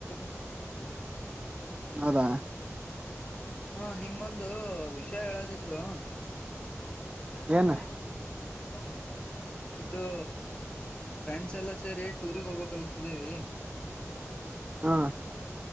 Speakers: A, on the left (about 20°); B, on the right (about 20°).
A: <unintelligible>
B: ಹೌದಾ?
A: ಹ ನಿಮ್ಗೊಂದು ವಿಷಯ ಹೇಳದಿತ್ತು. ಹ
B: ಏನ್
A: ಆ <unintelligible> ಇದು ಫ್ರೆಂಡ್ಸ್ ಎಲ್ಲ ಸೇರಿ ಟೂರಿಗಗ್ ಹೋಗ್ಬೇಕಲ್ಲ್ ಇದೇರಿ.
B: ಹಾ